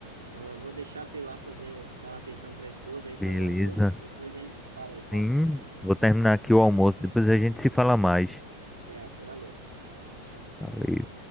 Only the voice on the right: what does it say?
Eu, eu vou deixar tu ir lá fazer, dar uma atenção para a esposa aí, fazer
almoço. Depois a gente se fala aí, tá?
Certo, valeu.